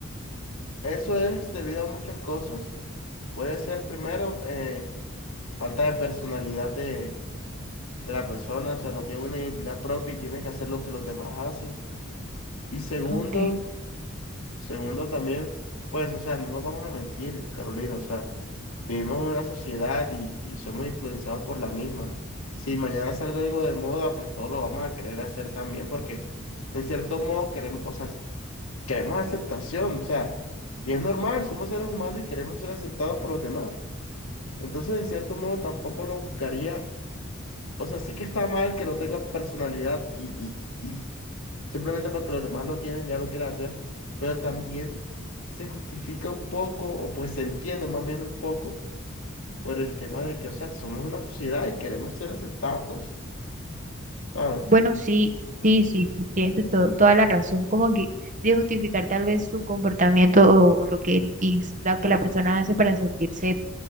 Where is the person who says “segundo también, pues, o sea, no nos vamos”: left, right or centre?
Left